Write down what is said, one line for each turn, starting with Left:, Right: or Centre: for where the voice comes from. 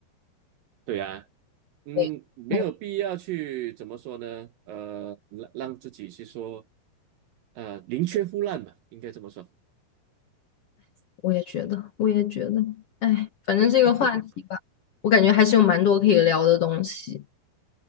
Right: 对啊，嗯，
Left: 对，
Right: 没有必要去怎么说呢？
Left: 哦，
Right: 呃，让让自己去说，呃，宁缺毋滥嘛，应该这么说
Left: 我也觉得，我也觉得，哎，反正这个话题吧，
Right: <laughs>。
Left: 我感觉还是有蛮多可以聊的东西。